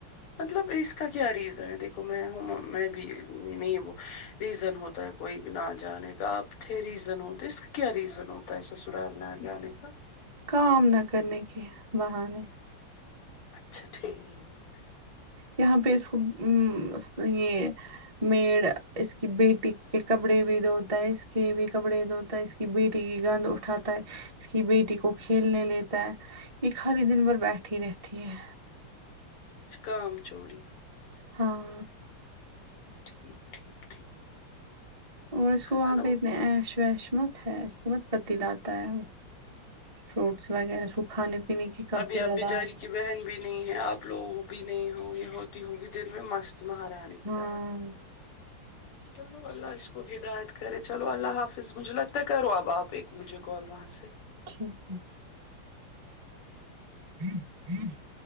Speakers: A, on the left; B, on the right.
A: مطلب اس کا کیا ریزن ہے دیکھو میں ہوں میں بھی نہیں وہ ریزن ہوتا ہے کوئی نہ جانے کا آپ تھے ریزن ہوتا اس کا کیا ریزن ہو تا سسرال نا جانے کا
B: کام نہ کرنے کے بہانے
A: اچھا ٹھیک
B: یہاں پہ اس کو م ا یہ میڈ اس کی بیٹی کے کپڑے بھی دھوتا ہے اس کے بھی کپڑے دھوتا ہے اس کہ بیٹی کی گند اٹھاتا ہے اس کی بیٹی کو کھیلنے لیتا ہے یہ خالی دن بھر بیٹھی رہتی ہے
A: اچ کام چوری
B: ہاں
A: ٹھیک ٹھیک
B: اور اس کو وہاں
A: الم
B: پہ اتنے ایش ویش مت ہے اس کو مت پتی لاتا ہے وہ فروٹس وغیرہ اسکو کھانے پینے کی کافی
A: ابھی آپ
B: زیادہ
A: بچاری
B: عادت
A: کی بہن بھی نہیں ہے آپ لوگ بھی نہیں ہوں یہ ہوتی ہوگی دن میں مست اس مہارانی کی
B: ہاں
A: طرح چلو اللہ اس کو ہدایت کرے چلو اللہ حافظ مجھے لگتا ہے کرو اب آپ ایک مجھے کال وہاں سے
B: ٹھیک ہے <inaudible>